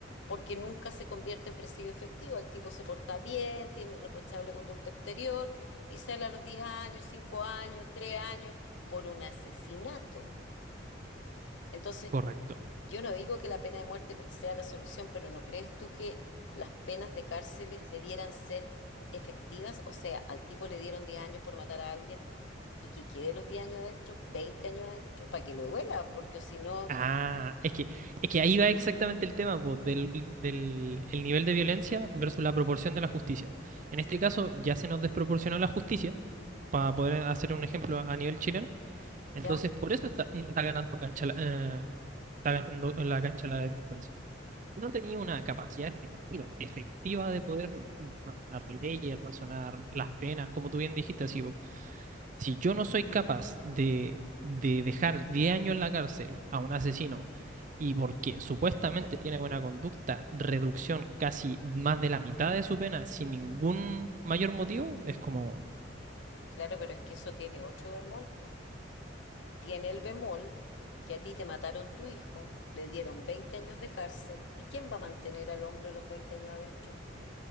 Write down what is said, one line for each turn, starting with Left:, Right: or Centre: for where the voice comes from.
Left: porque nunca se convierte en presidio efectivo. El tipo se porta bien, tiene irreprochable conducta exterior y sale a los 10 años, 5 años, 3 años por un asesinato. Entonces,
Right: Correcto.
Left: yo no digo que la pena de muerte sea la solución, pero ¿no crees tú que las penas de cárceles debieran ser efectivas? O sea, al tipo le dieron 10 años por matar a alguien y que quede los 10 años adentro, 20 años adentro, para que le duela, porque si no,
Right: Ah, es que, es que ahí va exactamente el tema, po, del, del el nivel de violencia versus la proporción de la justicia. En este caso, ya se nos desproporcionó la justicia, para poder hacer un ejemplo a nivel chileno. Entonces,
Left: ya,
Right: por eso está, está ganando cancha la, eh, está ganando la cancha la delincuencia. No tenía una capacidad efectiva, efectiva de poder razonar leyes, razonar las penas, como tú bien dijiste, así, po. Si yo no soy capaz de, de dejar 10 años en la cárcel a un asesino y porque supuestamente tiene buena conducta, reducción casi más de la mitad de su pena sin ningún mayor motivo, es como,
Left: claro, pero es que eso tiene otro bemol, po. Tiene el bemol que a ti te mataron tu hijo, le dieron 20 años de cárcel, ¿y quién va a mantener al hombre los 20 años adentro?